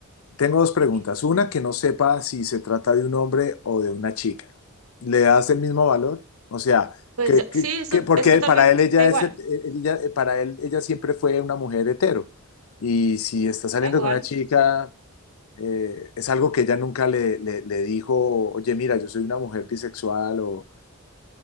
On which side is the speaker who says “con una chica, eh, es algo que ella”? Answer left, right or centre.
Left